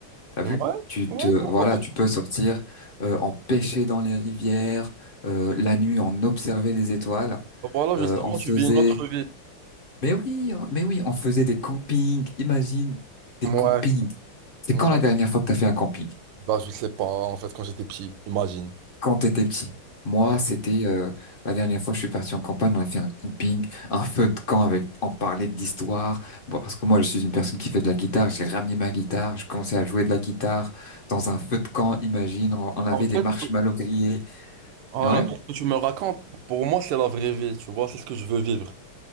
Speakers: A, on the left; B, on the right.
A: T'as
B: Ouais,
A: vu? Tu te,
B: ouais, pourquoi
A: voilà, tu peux sortir, euh, en pêcher dans les rivières, euh, la nuit, on observait les étoiles,
B: Voilà, justement,
A: euh, on faisait
B: tu vis une autre vie.
A: Mais oui, on- mais oui, on faisait des campings. Imagine, des
B: Ouais.
A: campings. C'est
B: Ouais.
A: quand la dernière fois que t'as fait un camping?
B: Bah, je sais pas, en fait, quand j'étais petit, imagine.
A: Quand t'étais petit. Moi,
B: Ouais.
A: c'était euh, la dernière fois que je suis parti en campagne, on a fait un camping, un feu de camp avec, on parlait d'histoire. Bon, parce que moi, je suis une personne qui fait de la guitare. J'ai ramené ma guitare, je commençais à jouer de la guitare dans un feu de camp. Imagine, on, on avait
B: En
A: des
B: fait,
A: marshmallows grillés.
B: voilà,
A: Ouais,
B: pour ce que tu me racontes, pour moi, c'est la vraie vie, tu vois, c'est ce que je veux vivre.